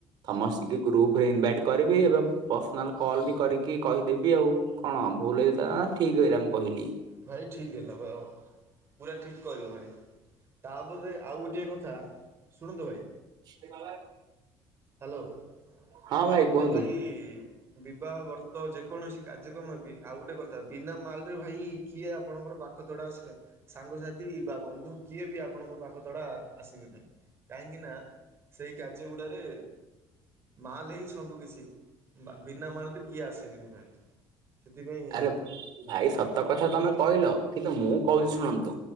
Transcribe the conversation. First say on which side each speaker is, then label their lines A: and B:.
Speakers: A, on the right (about 50°); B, on the right (about 30°).
A: ସମସ୍ତ କୁ ଗ୍ରୁପ ରେ ଇନଭାଇଟ କରିବି ଏବଂ ପର୍ସନାଲ କଲ୍ ବି କରିକି କହିଦେବି ଆଉ। କଣ ଭୁଲ ହେଇଥିଲା ନା ଠିକ ହେଇଲା ମୁଁ କହିଲି?
B: ଭାଇ ଠିକ୍ ହେଲା ବା ଆଉ, ଭାଇ ପୁରା ଠିକ୍ କହିଲ ଭାଇ। ତା ପଦରେ ଆଉ ଗୋଟିଏ କଥା, ଶୁଣନ୍ତୁ ଭାଇ।
A: ସେ ଭ
B: ହାଲୋ,
A: ହଁ
B: ତା ପରେ
A: କୁହନ୍ତୁ
B: ଭାଇ ବିବାହ ବ୍ରତ ଯେକୌଣସି କାର୍ଯ୍ୟକ୍ରମ ବି ଆଉ ଗୋଟେ କଥା ବିନା ମାଲରେ ଭାଇ। କିଏ ଆପଣଙ୍କର ପାଖତଡା ସାଙ୍ଗସାଥି ବା ବନ୍ଧୁ କିଏ ବି ଆପଣଙ୍କ ପାଖ ତଡା ଆସିବେ ନାହିଁ କାହିଁକି ନା ସେଇ କାର୍ଯ୍ୟ ଗୁଡ଼ାରେ ମାଲ୍ ହିଁ ସବୁ କିିଛି। ବିନା ମାଲରେ କିଏ ଆସିବେନି ଭାଇ। ସେଥିପାଇଁ
A: ଆରେ ଭାଇ ସତକଥା ତମେ କହିଲ କିନ୍ତୁ ମୁଁ କହୁଛି
B: ହଁ
A: ଶୁଣନ୍ତୁ